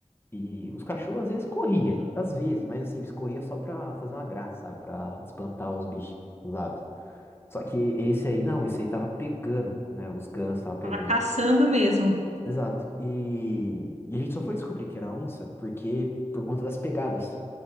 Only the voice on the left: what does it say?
E os cachorros às vezes corria,
às vezes, mas assim, eles corriam só pra fazer uma graça, sabe? Pra espantar os bichos, as aves. Só que esse aí não, esse aí tava pegando, né? Os gansos tava pegando
Exato. E, e a gente só foi descobrir que era onça porque por conta das pegadas,